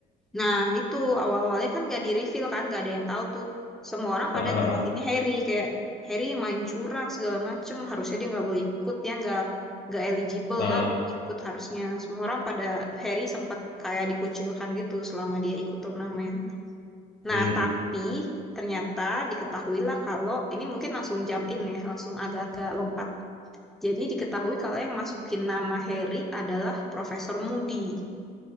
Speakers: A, in the centre; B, on the left.
A: Nah, itu awal-awalnya kan gak di-reveal kan, gak ada yang tahu tuh. Semua orang
B: Heeh,
A: pada nyalahinnya
B: heeh,
A: Harry, kayak Harry main curang segala macem, harusnya dia nggak boleh ikut, dia nggak nggak eligible
B: heeh.
A: lah buat ikut harusnya. Semua orang pada Harry sempat kayak dikucilkan gitu selama dia ikut turnamen.
B: Hmm.
A: Nah, tapi ternyata diketahuilah kalau ini mungkin langsung jump in ya, langsung agak-agak lompat. Jadi diketahui kalau yang masukin nama Harry adalah Profesor Moody.